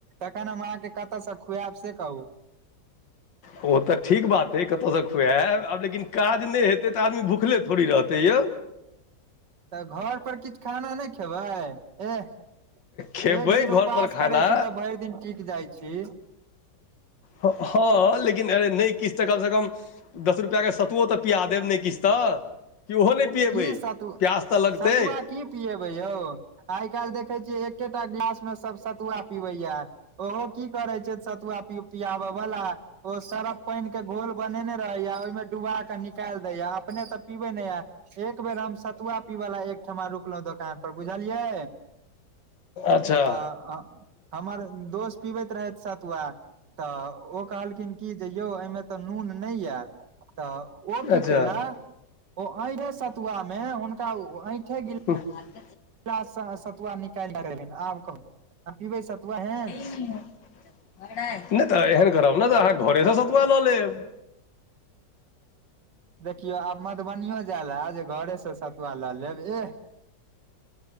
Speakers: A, on the right (about 70°); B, on the left (about 75°).
A: तखन हम अहाँके कतऽ से खुएब से कहू।
B: ओ तऽ ठीक बात हइ कतऽसँ खुएब, आब लेकिन काज नहि हेतै तऽ आदमी भुखले थोड़ी रहतै यौ।
A: तऽ घर पर किछु खाना नहि खेबै, एह।
B: खेबै
A: एक दिन
B: घरपर
A: उपास
B: खाना
A: करै छी, तऽ भरि दिन टिक जाइ छी।
B: हँ लेकिन नहि किछ तऽ कम स कम। दस रुपआ के सतुओ तऽ पिया देब, नै किछ तऽ कि ओहो नहि। पियबै
A: की सतु
B: प्यास तऽ लगतै।
A: सतुआ की पियेबे यौ आइ काइल देखे छियै एकेटा गिलास में सब सतुआ पियाबै ये। ओहो कि करे छै सतुआ पि पियाबऽ बाला। ओ सरफ पाइन के घोल बनेने रहै ये ओहि में डुबा के निक काल दैये अपने तऽ पीबे ना ये। एक बेर हम सतुआ पीव ला एक ठमा रुकलुं दोकान पर बुझलियै।
B: अच्छा
A: तऽ हमर दोस्त पिबैत रहै सतुआ तऽ ओ। कहल खिन की जे यौ एहिमे तऽ नून नहि ये तऽ। ओ
B: अच्छा
A: कि कैला ओठे सतुआ में हुनका ऐठे गिलास।
B: <inaudible>
A: गिलास स सतुआ निकाइल के देलखिन, आब कहू पीबै सतुआ एहेन।
B: <inaudible> नहि तऽ एहन करब न, तो जे अहाँ घरे स सतुआ लऽ लेब।
A: देखियौ आब मधुबनीयो जाय लए जे, घरेस सतुआ लऽ लेब एह।